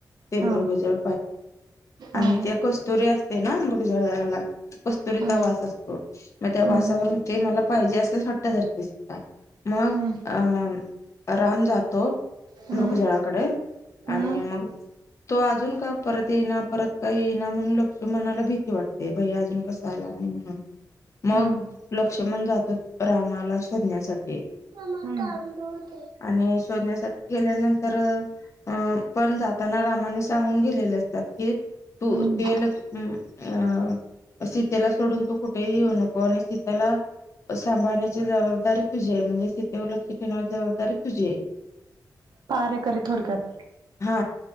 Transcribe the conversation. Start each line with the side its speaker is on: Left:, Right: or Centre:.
Left: ते मृगजळ
Right: हा हा
Left: आणि
Right: हा
Left: ते कस्तुरी असते ना मृगजला कस्तुरीचा
Right: हम्म
Left: वास असतो मग त्या वासावरून
Right: हम्म
Left: ते मला पाहिजे असंच हट्ट धरते. मग
Right: हम्म
Left: अं राम जातो
Right: हम्म
Left: मृगजळाकडे
Right: हम्म
Left: आणि मग तो अजून का परत येईना परत का येईना म्हणून लक्षुमणाला भीती वाटते भय्या अजून कसं आला नाही म्हणून. मग
Right: हम्म
Left: लक्ष्मण जातो रामाला शोधण्यासाठी.
Right: <unintelligible> रोज दे
Left: आणि शोधण्यासाठी गेल्यानंतर अं पण जाताना रामाने सांगून गेलेले असतात की तू
Right: हम्म
Left: ते ल हम् अ सीतेला सोडून तू कुठेही येऊ नको आणि सीतेला सांभाळण्याची जबाबदारी तुझीये आहे म्हणजे सीतेवर लक्ष ठेवची जबाबदारी तुझीये
Right: पाहरेकरी थोडक्यात
Left: हा